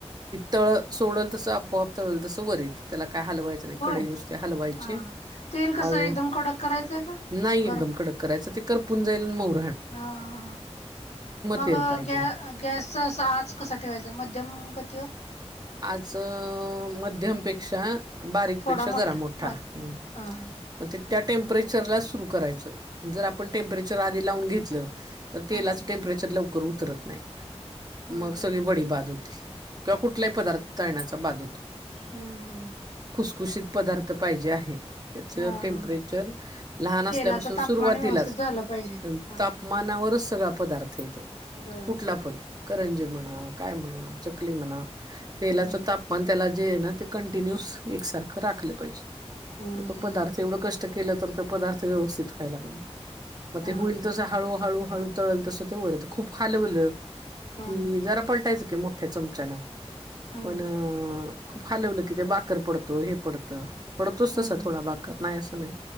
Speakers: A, on the right; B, on the left.
A: तळ सोडल तस आपोआप तळलं तस वर येत त्याला काय काय हलवायचं नाही
B: होय
A: कडई नुसते हलवायचे
B: हा तेल कसं
A: आळू
B: एकदम कडक करायचंय का
A: नाही एकदम
B: गरम कर
A: कडक करायचं ते करपून जायला मग
B: हा हा. मग
A: तेल पाहिजे
B: गॅ गॅस अस आज कसा ठेवायचं मध्यम गतीवर.
A: अ मध्यमपेक्षा. बारीक
B: थोडा
A: पेक्षा जरा मोठा
B: बारीक
A: मग
B: हा हा
A: ते त्या टेम्परेचरला सुरु करायचं जर आपण टेम्परेचर आधी लावून घेतलं. तर
B: हम्म
A: तेलाचं
B: हम्म
A: टेम्परेचर लवकर उतरत नाही.
B: हम्म
A: मग
B: हम्म
A: सगळी
B: हम्म
A: वडी बाध होती, किंवा कुठलाही पदार्थ तळण्याचा बाध होती.
B: हा हा.
A: कुषित पदार्थ पाहिजे आहे त्याच
B: हा
A: टेम्परेचर.
B: हा
A: लहान असल्यापासून
B: तेलाच तापमान
A: सुरुवातीलाच
B: व्यवस्थित झालं पाहिजे हा हा
A: तापमानावर सगळा पदार्थ येतो
B: बर
A: कुठला
B: बर
A: पण
B: बर
A: करंजी म्हणा काय म्हणा चकली म्हणा. तेेलाच
B: हम्म
A: तापमान त्याला जे आहे ना ते कंटिन्युस एकसारखं राखलं पाहिजे.
B: हम्म
A: मग तो पदार्थ एवढं कष्ट केलं तर त पदार्थ व्यवस्थित व्हायला पाहिजे. मग
B: हा
A: ते
B: हा
A: होईल तसं हळूहळू हळू तळल तसं ते वरत खूप खालंलं.
B: हा
A: ती
B: हा हा
A: जरा पलटायचं की मोठ्या चमचान
B: हा
A: पण- खूप खालवलं की, ते बाकर पडतो हे पडतं पडतोच
B: हा
A: तसा थोडा बाकर नाही असं नाही